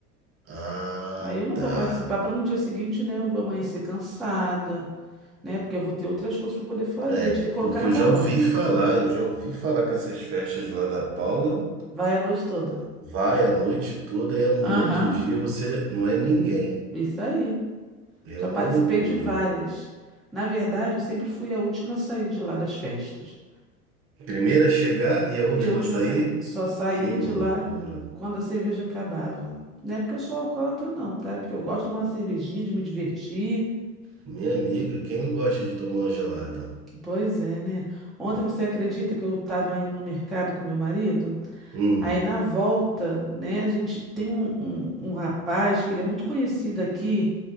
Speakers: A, on the right; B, in the centre.
A: Ah,
B: Aí eu não
A: tá.
B: vou participar para no dia seguinte, né? Eu vou amanhecer cansada, né? Porque eu vou ter outras coisas para poder fazer.
A: É,
B: A gente tem que colocar
A: porque
B: na
A: eu
B: balança.
A: já ouvi falar, eu já ouvi falar que essas festas lá da Paula
B: Vai a noite toda.
A: vai a noite toda e no
B: Aham,
A: outro dia você não é ninguém.
B: isso aí.
A: É
B: Já
A: uma
B: participei
A: loucura.
B: de várias. Na verdade, eu sempre fui a última a sair de lá das festas.
A: Primeira a chegar e a última
B: E a última
A: a sair?
B: sa- só saía
A: Que loucura.
B: de lá quando a cerveja acabava. Não é porque eu sou alcoólatra, não, tá? É porque eu gosto de tomar uma cervejinha, de me divertir.
A: Minha amiga, quem não gosta de tomar uma gelada?
B: Pois é, né? Ontem
A: Hum,
B: você acredita que eu estava indo no mercado com meu marido?
A: hum,
B: Aí na volta, né, a gente tem um, um, um rapaz que ele é muito conhecido aqui